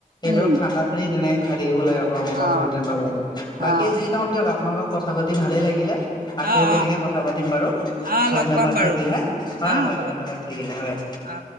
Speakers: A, on the left; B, on the right.
A: এই
B: উম
A: ধৰক ঠাণ্ডা পানী তেনেক খাই থাকিব লাগে গৰমৰ পৰা
B: অ
A: পৰিত্ৰাণ পাব লাগে। বাকী
B: অ
A: যি নহওঁক দিয়ক আপোনাৰ লগত কথা পাতি ভালেই লাগিলে। আকৌ
B: অ
A: তেনেকে
B: অ
A: কথা পাতিম বাৰু।
B: অ
A: ধন্যবাদ
B: লগ পাম বাৰু
A: থাকিল হা হয়,
B: অ
A: হয়
B: হ'ব
A: ধন্যবাদ থাকিলে হয়।
B: অ